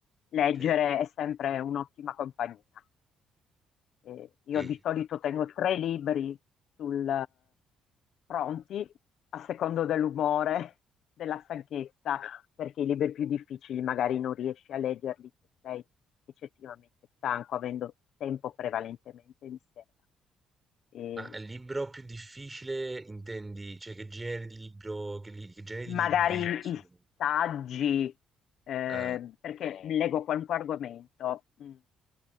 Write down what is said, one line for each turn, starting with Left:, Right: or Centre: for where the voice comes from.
Left: Leggere
Right: Ok.
Left: è sempre un'ottima compagnia. Eh, io
Right: E,
Left: di solito tengo tre libri sul, pronti a secondo dell'umore, <laughs> della stanchezza, perché i libri più difficili magari non riesci a leggerli se sei eccessivamente stanco, avendo tempo prevalentemente di sera. E
Right: ma il libro più difficile intendi? Cioè che genere di libro, che, li- che genere
Left: magari
Right: di libri sono?
Left: i saggi, eh,
Right: Ah,
Left: perché leggo qualunque argomento. mm,